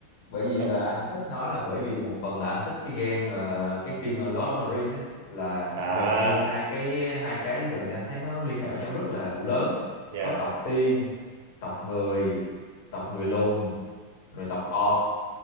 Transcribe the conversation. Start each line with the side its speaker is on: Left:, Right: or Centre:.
Left: bởi
Right: một
Left: vì
Right: trong
Left: là anh thích nó là bởi vì một phần là anh thích cái game ờ, cái phim Lord of the Rings á là
Right: à
Left: gần như hai cái hai cái gần như anh thấy nó liên hệ với nhau rất là lớn
Right: yeah
Left: có tộc tiên tộc người tộc người lùn rồi tộc orc